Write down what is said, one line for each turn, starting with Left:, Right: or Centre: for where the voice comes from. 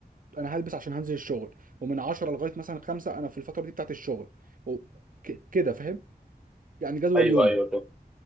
Right: انا هلبس عشان هنزل الشغل ومن 10 لغايه مثلا 5 انا في الفتره دي بتاعت الشغل وك- كده فاهم يعني جدول
Centre: ايوه
Right: يومي
Centre: ايوه طب